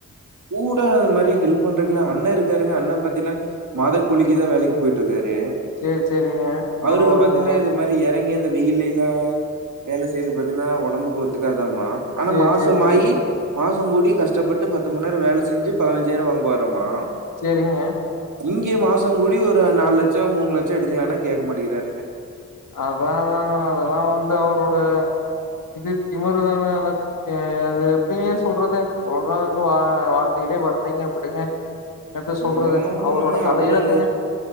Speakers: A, on the right; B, on the left.
A: கூட அந்த மாரி ஹெல்ப் பண்றக்குல்ல அண்ணே இருக்காருங்க அண்ணே பாத்தீங்கன்னா மாதக்கூலிக்குதா வேலைக்கு போயிட்டு இருக்காரு
B: சரி, சரிங்க.
A: அவருக்கு
B: பரவாயில்லங்க.
A: பாத்தீன்னா இது மாரி எறங்கி இந்த வெயிலயெல்லா வேல செய்றது பாத்தீங்கன்னா ஓடம்புக்கு ஒத்துக்காதாமா ஆனா
B: சரி,
A: மாசம்
B: சரிங்க,
A: ஆயி மாசம் கூடி கஷ்டப்பட்டு பத் பத்து மணிநேரோ வேல செஞ்சு பதினஞ்சாயிரம் வாங்கு வாராமா
B: சேரிங்க
A: இங்கே மாசங் கூடி ஒரு நாலு லட்சம் மூணு லட்சோ எடுக்கலானா கேட்க மாட்டிக்கிறாருங்க
B: அதா அதா தாங்க அதெல்லா வந்து அவரோட இது திமரு தாங்க இல்ல ஏ அது எப்டி சொல்றது சொல்றதுக்கு வா வார்த்தைகளே வர்லிங்க அப்டிங்க என்னத்த சொல்றது
A: என்னமோ ஒண்ணுங்க
B: அவரோட தலை
A: அவரு
B: ஏழுத்துங்க